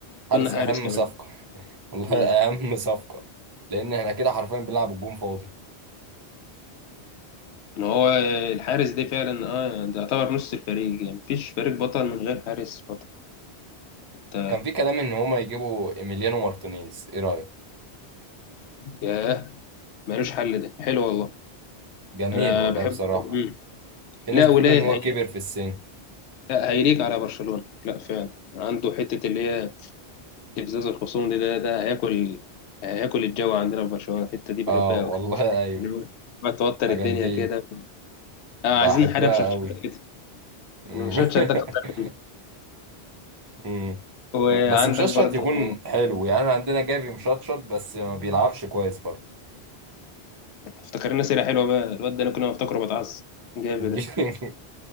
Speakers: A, on the right; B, on the left.
A: حارس
B: كنا حارس
A: اهم
B: كمان
A: صفقة <laughs> والله
B: مم.
A: اهم صفقة لان احنا كده حرفيا بنلعب الجون فاضي
B: ما هو الحارس ده فعلا اه ده يعتبر نص الفريق يعني مفيش فريق بطل من غير حارس بطل انت
A: كان في كلام ان هما يجيبوا ايميليانو مارتينيز ايه رأيك
B: ياه ملوش حل ده حلو والله
A: جميل
B: انا
A: والله
B: بحبه
A: بصراحة
B: مم.
A: في ناس
B: لا ولا
A: بتقول ان هو
B: هي...
A: كبر في السن
B: لا هيليق على برشلونة لا فعلا عنده حتة اللي هي استفزاز الخصوم دي ده, ده هياكل هياكل الجو عندنا في برشلونة الحتة دي بحبها
A: اه والله
B: قوي
A: <laughs> ايوه
B: اللي هو بتوتر
A: الحاجات
B: الدنيا
A: دي
B: كده اه
A: بحبها
B: عايزين حاجة مشطشطة
A: قوي
B: كده
A: <laughs>
B: المشطشط ده كتر منه.
A: أمم.
B: وعندك
A: بس مشطشط
B: برضو
A: يكون حلو يعني أنا عندنا جافي مشطشط بس ما بيلعبش كويس برضه
B: افتكرنا سيرة حلوة بقى الواد ده أنا كنا بفتكره بتعصب جافي
A: <laughs>
B: ده